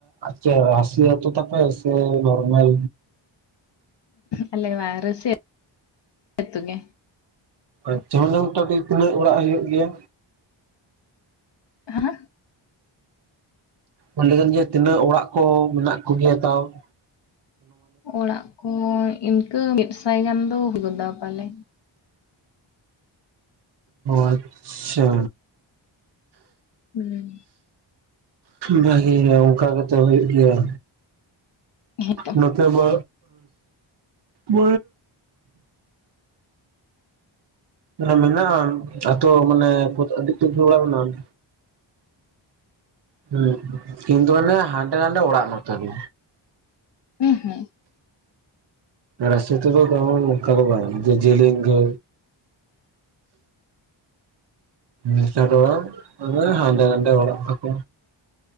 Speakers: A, on the right; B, on the left.
A: ᱡᱮ ᱨᱟᱥᱤ ᱟᱹᱛᱩ ᱛᱟᱯᱮ ᱥᱮ ᱱᱚᱨᱢᱟᱞ
B: ᱟᱞᱮᱭᱟᱜ ᱨᱟᱥᱤ ᱟᱹᱛᱩ ᱜᱮ
A: ᱟᱪᱪᱷᱟ ᱚᱸᱰᱮ ᱢᱚᱴ ᱛᱤᱱᱟᱹᱜ ᱚᱲᱟᱜ ᱦᱩᱭᱩᱜ ᱜᱮᱭᱟ
B: ᱦᱟᱸ
A: ᱚᱰᱮ ᱜᱮ ᱛᱤᱱᱟᱹᱜ ᱚᱲᱟᱜ ᱠᱚ ᱢᱮᱱᱟᱜ ᱠᱚᱜᱮᱭᱟ ᱛᱟᱣ <inaudible>
B: ᱚᱲᱟᱜ ᱠᱚ ᱤᱱᱠᱟᱹ ᱢᱤᱫ ᱥᱟᱭ ᱜᱟᱱ ᱫᱚ ᱦᱩᱭ ᱜᱚᱫᱚ ᱯᱟᱞᱮ
A: ᱟᱪᱪᱷᱟ
B: ᱦᱩᱸ
A: ᱵᱷᱟᱹᱜᱮ ᱚᱱᱠᱟ ᱠᱟᱛᱮ ᱦᱩᱭᱩᱜ ᱜᱮᱭᱟ
B: ᱦᱮᱸ ᱛᱚ
A: ᱱᱚᱛᱮ ᱢᱟ <inaudible> ᱦᱮ ᱢᱮᱱᱟᱜᱼᱟ ᱟᱛᱳ ᱢᱟᱱᱮ ᱟᱹᱰᱤ ᱩᱛᱟᱹᱨ ᱜᱮ ᱚᱲᱟᱜ ᱢᱮᱱᱟᱜᱼᱟ ᱦᱩᱸ ᱠᱤᱱᱛᱩ ᱢᱟᱱᱮ ᱦᱟᱸᱰᱮ ᱱᱚᱰᱮ ᱚᱲᱟᱜ ᱱᱚᱛᱮ ᱫᱚ
B: ᱩᱸ ᱦᱩᱸ
A: ᱨᱟᱥᱤ ᱟᱹᱛᱩ ᱫᱚ ᱱᱚᱝᱠᱟᱱ ᱫᱚ ᱵᱟᱝ ᱡᱤᱞᱤᱝ ᱜᱮ ᱱᱮᱛᱟᱨ ᱫᱚ ᱵᱟᱝ ᱢᱟᱱᱮ ᱦᱟᱰᱮ ᱱᱟᱥᱮ ᱚᱲᱟᱜ ᱛᱟᱠᱚ